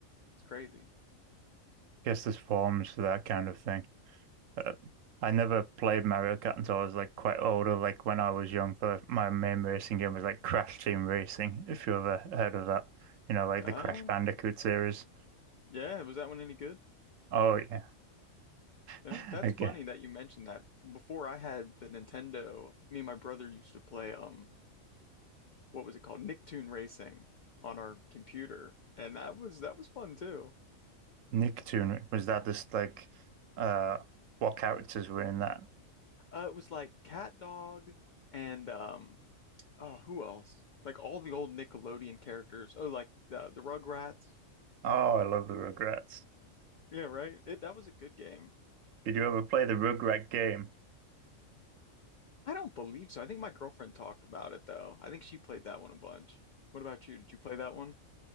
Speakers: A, on the left; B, on the right.
A: it's crazy.
B: guess there's forms for that kind of thing. Uh, I never played Mario Kart until I was like quite older. Like when I was young, the, my main racing game was like Crash Team Racing, if you ever heard of that. You know, like
A: Ah,
B: the Crash Bandicoot series.
A: yeah. Was that one any good?
B: Oh yeah.
A: Yeah.
B: <laughs>
A: That's
B: Okay.
A: funny that you mentioned that. Before I had the Nintendo, me and my brother used to play, um, what was it called? Nicktoon Racing on our computer. And that was, that was fun too.
B: Nicktoon, was that just like uh what characters were in that?
A: Uh, it was like Cat Dog and, um, oh, who else? Like all the old Nickelodeon characters. Oh, like the, the Rugrats.
B: Oh, I love the Rugrats.
A: Yeah, right. It, that was a good game.
B: Did you ever play the Rugrat game?
A: I don't believe so. I think my girlfriend talked about it though. I think she played that one a bunch. What about you? Did you play that one?